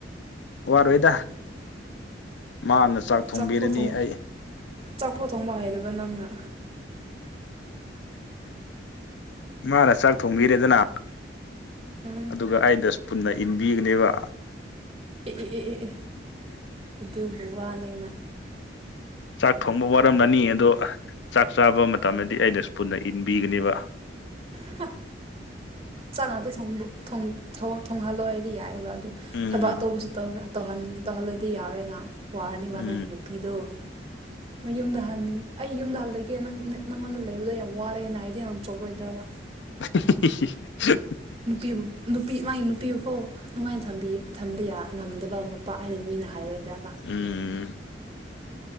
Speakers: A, on the left (about 75°); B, on the right (about 35°).
A: ꯋꯥꯔꯣꯏꯗ ꯃꯥꯅ ꯊꯣꯡꯕꯤꯔꯅꯤ
B: ꯆꯥꯛ ꯄꯣꯛ ꯊꯣꯡ
A: ꯑꯩ
B: ꯆꯥꯛꯐꯣ ꯊꯣꯡꯕ ꯍꯥꯏꯗꯕ ꯅꯪꯅ
A: ꯃꯥꯔꯥ ꯆꯥꯛ ꯊꯣꯡꯕꯤꯔꯦꯗꯅ
B: ꯎꯝ
A: ꯑꯗꯨꯒ ꯑꯩꯅ ꯁ꯭ꯄꯨꯟꯅ ꯏꯟꯕꯤꯒꯅꯦꯕ
B: ꯢ ꯢ ꯢ ꯑꯦ ꯑꯗꯨꯕꯨ ꯋꯥꯅꯦꯅ
A: ꯆꯥꯛ ꯊꯣꯡꯕ ꯋꯥꯔꯝꯂꯅꯤ ꯑꯗꯣ ꯆꯥꯛ ꯆꯥꯕ ꯃꯇꯝꯗꯗꯤ ꯑꯩꯅ ꯁ꯭ꯄꯨꯟꯅ ꯏꯟꯕꯤꯒꯅꯤꯕ
B: <unintelligible> <unintelligible> ꯊꯣꯡ ꯊꯣꯡꯍꯜꯂꯣ ꯍꯥꯏꯗꯤ ꯌꯥꯏꯑꯦꯕ ꯑꯗꯨ
A: ꯎꯝ
B: ꯊꯕꯛ ꯑꯇꯣꯞꯄꯁꯨ ꯇꯧ ꯇꯧꯍꯟ ꯇꯧꯍꯜꯂꯗꯤ ꯌꯥꯔꯣꯏꯅ ꯋꯥꯔꯅꯤꯕ
A: ꯎꯝ
B: ꯅꯣꯏ ꯅꯨꯄꯤꯗꯣ ꯃꯌꯨꯝꯗ ꯍꯟ ꯑꯩ ꯌꯨꯝꯗ ꯍꯜ ꯂꯒꯦ ꯅꯪ ꯅꯪꯉꯣꯟꯗ ꯂꯩꯕꯗꯣ ꯌꯥꯝ ꯋꯥꯔꯦꯅ ꯍꯥꯏꯔꯗꯤ ꯅꯪ ꯆꯣꯛꯂꯣꯏꯗ꯭ꯔꯕ
A: <unintelligible>
B: ꯅꯨꯄꯤꯕꯨ ꯅꯨꯄꯤ ꯃꯥꯒꯤ ꯅꯨꯄꯤꯕꯨ ꯐꯥꯎ ꯅꯨꯡꯉꯥꯏꯅ ꯊꯝꯕꯤ ꯊꯝꯕ ꯌꯥ ꯉꯝꯗꯕ ꯅꯨꯄꯥ ꯍꯥꯏꯅ ꯃꯤꯅ ꯍꯥꯏꯔꯣꯏꯗ꯭ꯔꯕ
A: ꯎꯝ